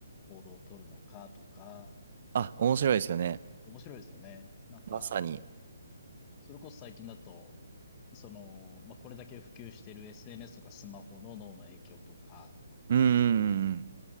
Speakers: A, on the left; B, on the right.
A: 行動を取るのかとか、
B: あ面白いですよね
A: 面白いですよね。なんか、
B: まさに
A: それこそ最近だと、その、まあ、これだけ普及している SNS とかスマホの脳の影響とか、
B: うんうんうんうん